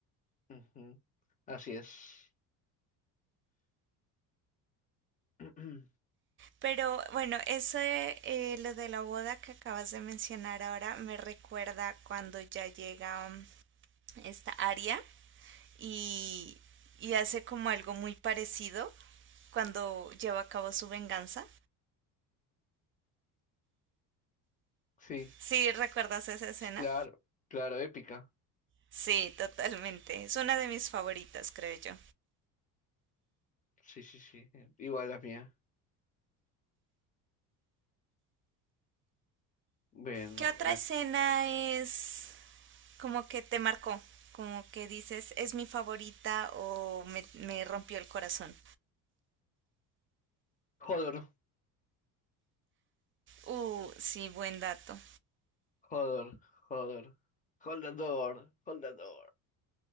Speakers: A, on the left; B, on the right.
A: Ujú. Así es. <clears throat> Ujú.
B: Pero bueno, eso eh, lo de la boda que acabas de mencionar ahora me recuerda cuando ya llega mm, esta Aria y, y hace como algo muy parecido cuando lleva a cabo su venganza.
A: Sí,
B: ¿Sí recuerdas esa escena?
A: sí, claro, claro, épica.
B: Sí, totalmente. Es una de mis favoritas, creo yo.
A: Sí, sí, sí. Igual la mía. Bueno,
B: ¿Qué otra escena es como que te marcó? Como que dices, es mi favorita o me, me rompió el corazón.
A: Hodor,
B: Uh, sí, buen dato.
A: Hodor, Hodor. Hold the door, hold the door,